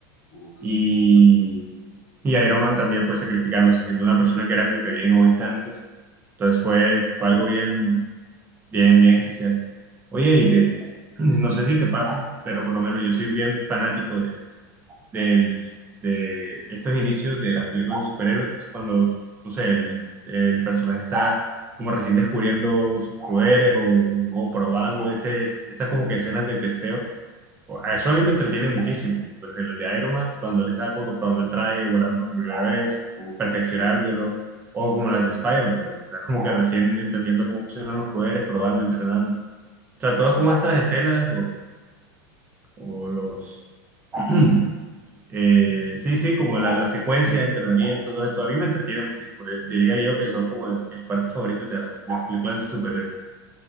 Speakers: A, on the left; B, on the right.
A: Uf,
B: y, y
A: sí,
B: Iron Man también pues sacrificándose, siendo una persona que era como que bien egoísta antes. Entonces fue, fue algo bien, bien, bien especial. Oye, y
A: sí,
B: que <clears throat> no sé si te pasa, pero por lo menos yo soy bien fanático de, del- de estos inicios de las películas de superhéroes, cuando, no sé, el, el personaje está como recién descubriendo sus poderes o, o probando este, estas como que escenas de testeo o- A eso a mí me entretiene muchísimo. Pero en los de Iron Man, cuando él está como que probando el traje, volando por primera vez,
A: uf,
B: perfeccionándolo,
A: sí, sí.
B: o como las de Spider-Man, cuando está como que recién entendiendo cómo funcionan los poderes, probando, entrenando. O sea, todas como estas escenas o, o los... <clears throat> eh, sí, sí, como la, la secuencia de entrenamiento, todo esto, a mí me entretiene muchísimo. Eh, Diría yo que son como de mis partes favoritas de, la- de las películas de superhéroes.